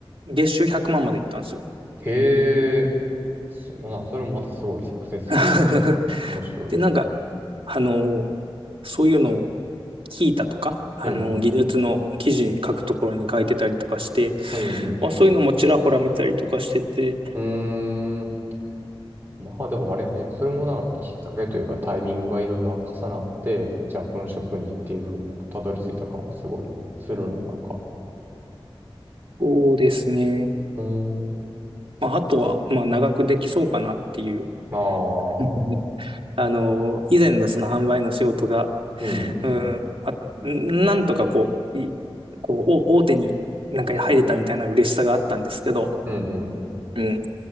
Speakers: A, on the right (about 65°); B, on the right (about 20°).
A: 月収100万まんまで行ったんですよ。
B: へえ、そまあ、それもまたすごいサクセスストーリーというか、
A: <laughs>
B: 面白い。
A: で、なんか、あの、そういうのを聞いたとか、あの、
B: うん、
A: 技術の記事書くところに書いてたりとかして、
B: うん、うん、
A: まあ、そういうのもちらほら見たりとかしてて、
B: うん。うーん。まあでもあれやね。それもなんかまあきっかけというかタイミングがいろいろ重なって、じゃあこの職にっていうふうになんかたどり着いた感はすごいするな、なんか。
A: そうですね。
B: うーん。
A: まあ、あとは、まあ、長くできそうかなっていう。
B: ああ、
A: <laughs> あの、以前のその販売の仕事が、
B: うん、
A: うん、まあ、なんとかこう、い、こう、お大手になんか入れたみたいな嬉しさがあったんですけど、
B: うん、うん、うん。
A: うん。